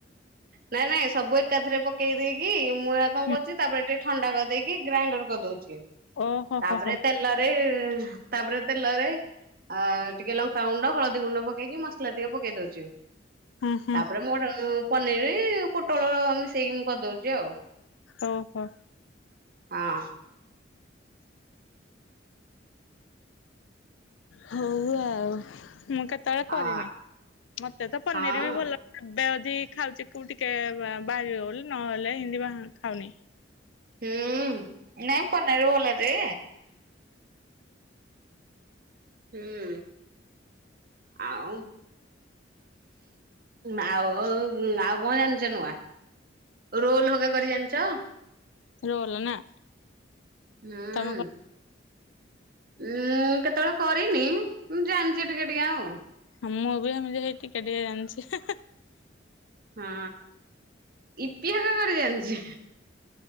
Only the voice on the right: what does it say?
ନାଇଁ ନାଇଁ ସବୁ ଏକାଥରେ ପକେଇ ଦେଇକି ମୁଏରା କଣ
କରୁଛି ତାପରେ ଟିକେ ଥଣ୍ଡା କରିଦେଇକି ଗ୍ରାଇଣ୍ଡର କରି ଦଉଚି।
ତାପରେ
ତେଲରେ ତାପରେ ତେଲରେ ଆ ଟିକେ ଲଙ୍କାଗୁଣ୍ଡ ହଳଦୀ ଗୁଣ୍ଡ ପକେଇକି ମସଲା ଟିକେ ପକେଇ ଦଉଚି।
ତାପରେ ମୋର ପନିରି ପୋଟଳ ମିଶେଇକି ମୁଁ କରିଦଉଛି ଆଉ।
ହଁ।
ହଁ
ହଁ
ହୁଁ ନାଇ ପନିରି ଭଲ ଯେ। ହୁଁ ଆଉ ଆଉ ଆଉ କଣ ଜାଣିଛ ନୂଆ? ରୋଲ ହଗା କରି ଜାଣିଚ?
ହୁଁ।
ମୁଁ କେତେବେଳେ କରିନି। ମୁଁ ଜାଣିଛି ଟିକେ ଟିକେ ଆଉ।
ହଁ ଇପି ହକା କରି ଜାଣିଚି।